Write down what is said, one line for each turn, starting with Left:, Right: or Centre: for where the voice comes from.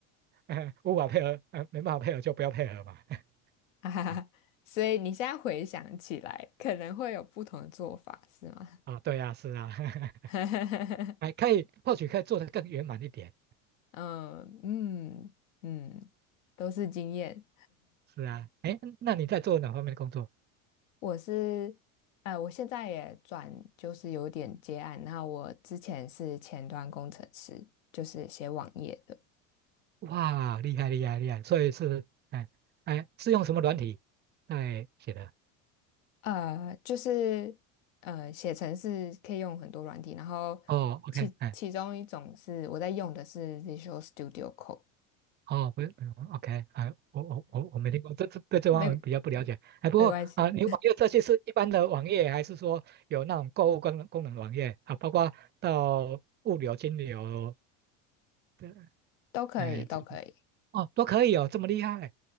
Right: 嗯，无法配合，呃，没办法配合就不要配合嘛，<laughs>
Left: 哈哈哈。
Right: 嗯
Left: 所以你现在回想起来，可能会有不同的做法，是吗？
Right: 啊，对啊，是啊，<laughs>
Left: <laughs>
Right: 哎，可以或许可以做得更圆满一点，
Left: 嗯嗯嗯，都是经验。
Right: 是啊，哎，那你在做哪方面的工作？
Left: 我是，呃，我现在也转，就是有点接案。那我之前是前端工程师，就是写网页的。
Right: 哇，厉害厉害厉害！所以是，哎哎，是用什么软体哎写的？
Left: 呃，就是呃，写程式可以用很多软体，然后其其中一种是我在用的是
Right: 哦，OK，哎，
Left: Visual Studio Code，
Right: 哦，不是 o k 哎，我我我我没听过，这这对这方面比较不了解。
Left: 没
Right: 哎，不过啊，
Left: 没关系，
Right: 你网页这些是一般的网页，还是说有那种购物功能功能网页啊？包括到物流、金流的，
Left: 都可以，
Right: 哎，
Left: 都可以。
Right: 这哦，都可以哦，这么厉害，